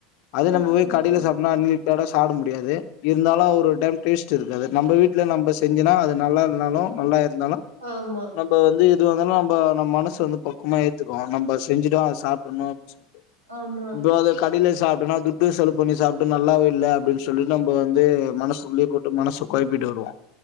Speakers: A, on the left; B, on the right.
A: அது
B: ம்
A: நம்ம
B: சேரி
A: போய் கடைல
B: சேரி
A: சாப்னா அன்லிமிட்டடா சாப்ட முடியாது இருந்தாலு ஒரு டைம் டேஸ்ட் இருக்காது நம்ப வீட்ல நம்ப செஞ்சனா அது நல்லா இல்னாலு நல்லா இருந்தாலு
B: ஆமா,
A: நல் இப்ப வந்து எதுவாந்தாலு நம்ப நம் மனச வந்து பக்குவமா ஏத்துக்கு நம்ப செஞ்சிட்டோ அத சாப்டுர்னு சொ
B: ஆமா
A: இப்போ அத கடைல சாப்ட்னா துட்டு செலவு பண்ணி சாப்ட்டு நல்லாவே இல்ல அப்டின் சொல்லி நம்ப வந்து மனசுக்குள்ளயே போட்டு மனச கொழப்பிட்டு வருவோ